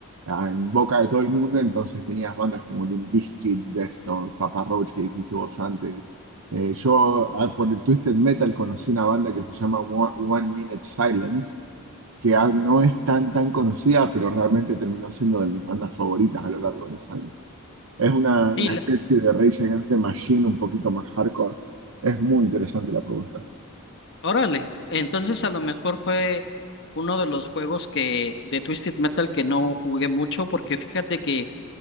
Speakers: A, on the right; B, on the left.
A: ah, en boca de todo el mundo, entonces tenías bandas como Limp Bizkit, Deftones, Papa Roach, que dijiste vos antes. Eh, yo ah, por el Twisted Metal conocí una banda que se llama One, One Minute Silence, que ah, no es tan, tan conocida, pero realmente terminó siendo de mis bandas favoritas a lo largo de los años. Es una, una
B: Sí, la-
A: especie de Rage Against the Machine un poquito más hardcore. Es muy interesante la propuesta.
B: órale. Entonces a lo mejor fue uno de los juegos que de Twisted Metal que no jugué mucho porque fíjate que